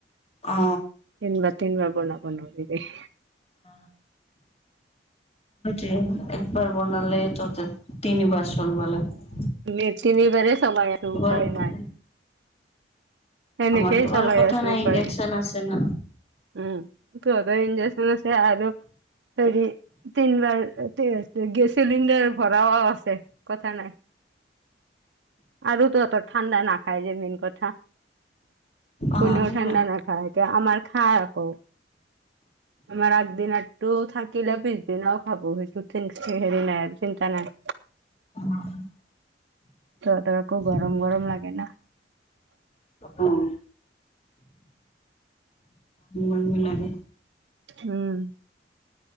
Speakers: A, on the left; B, on the right.
A: অ
B: তিন বাৰ তিন বাৰ বনাব নোৱাৰি দেই।
A: অ হয়দে একবাৰ বনালে তহঁতৰ তিনি বাৰ চলিব লাগে।
B: মেচ কিনিবাৰে চাবা আৰু উপায়
A: বাৰু কথা
B: নাই এনে
A: আমাৰতো
B: কেই
A: বাৰু
B: চলাই
A: কথা
B: আছোঁ উপায়
A: ইণ্ডাকচন
B: নাই।
A: আছে না।
B: উম তত ইঞ্জেকচন আছে আৰু আৰু হেৰি তিনবাৰ গেছ চিলিণ্ডাৰ ভৰাও আছে কথা নাই। আৰু তহঁতৰ ঠাণ্ডা নাখাই যে মেন কথা।
A: অ'
B: কোনেও
A: আমাৰ
B: ঠাণ্ডা নাখায় এতিয়া আমাৰ খাই আকৌ আমাৰ আগদিনটো থাকিলে পিছদিনাও খাব সেইটো হেৰি নাই আৰু চিন্তা নাই
A: উম
B: তহঁতৰ আকৌ গৰম
A: ঘৰতে।
B: গৰম লাগে ন
A: অ উ লাগে
B: উম